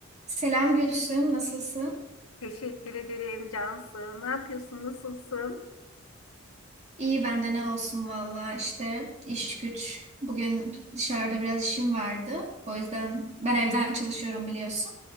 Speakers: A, on the right; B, on the left.
A: Selam Gülsüm, nasılsın?
B: Teşekkür ederim Cansu. Ne yapıyorsun? Nasılsın?
A: İyi bende ne olsun valla işte iş güç. Bugün dışarıda biraz işim vardı. O yüzden ben evden çalışıyorum biliyorsun.